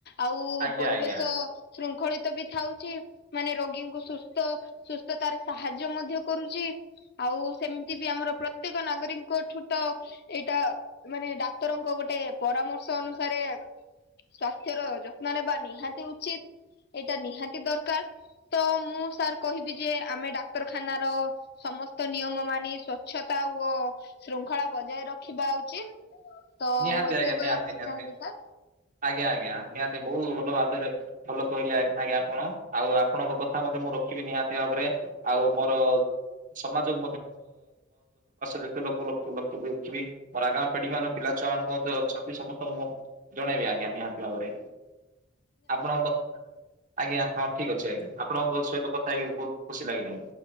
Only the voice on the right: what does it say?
ଆଜ୍ଞା
ଆଜ୍ଞା
ନିହାତି
ଆଜ୍ଞା ନିହାତି
ନିହାତି
ଆଜ୍ଞା ଆଜ୍ଞା ନିହାତି ବହୁତ୍ ବୋଲ ବାଦରେ ବୋଲ କହିଲେ ଆ ଆଜ୍ଞା ଆପଣ ଆଉ ଆପଣଙ୍କ କଥା ମନେ ମୁଁ ରଖିବି ନିହାତି ଭାବରେ। ଆଉ ମୋର ସମାଜକୁ <unintelligible> ମୋର ଆଗାମ୍ ପେଡିକି ମାନେ ପିଲା ଛୁଆ ମାନଙ୍କୁ ଅଛନ୍ତି ସମସ୍ତଙ୍କୁ ମୁଁ ଜଣେଇବି ଆଜ୍ଞା ନିହାତି ଭାବରେ। ଆପଣଙ୍କ କଥ <unintelligible> ଆଜ୍ଞା ଆ ଠିକ୍ ଅଛି ଆଜ୍ଞା ଆପଣଙ୍କ ଗତ ସହିତ କଥା ହେଇକି ବହୁତ୍ ଖୁସି ଲାଗିଲାଣି।